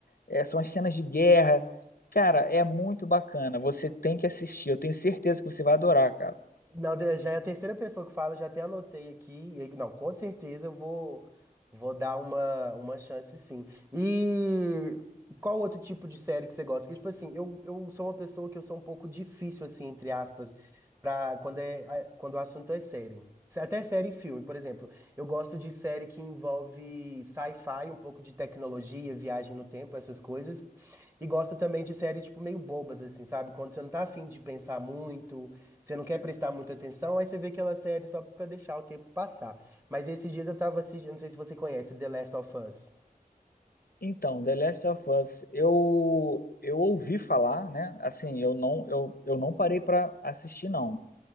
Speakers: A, on the left; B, on the right.
A: é- é- são as cenas de guerra. Cara, é muito bacana. Você tem que assistir. Eu tenho certeza que você vai adorar, cara.
B: Não, de- já é a terceira pessoa que fala, já até anotei aqui. E aí- Não, com certeza eu vou, vou dar uma, uma chance, sim. E qual outro tipo de série que você gosta? Porque, tipo assim, eu, eu sou uma pessoa que eu sou um pouco difícil, assim, entre aspas, pra quando, é, a- quando o assunto é série. Se- Até série e filme, por exemplo. Eu gosto de série que envolve sci-fi, um pouco de tecnologia, viagem no tempo, essas coisas. E gosto também de séries, tipo, meio bobas, assim, sabe? Quando você não tá afim de pensar muito, você não quer prestar muita atenção, aí você vê aquela série só pra deixar o tempo passar. Mas esses dias eu tava assistindo, não sei se você conhece, The Last of Us.
A: Então, The Last of Us, eu eu ouvi falar, né? Assim, eu não eu, eu não parei para assistir não,